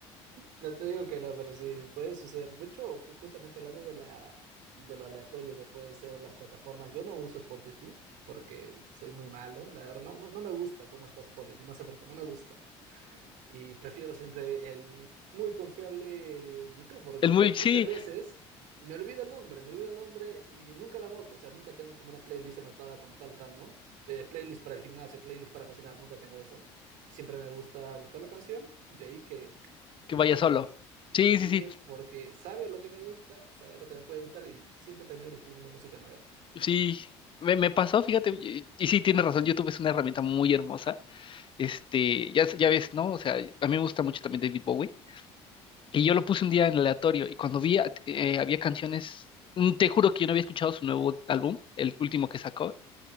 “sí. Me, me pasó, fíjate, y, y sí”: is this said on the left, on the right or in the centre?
Left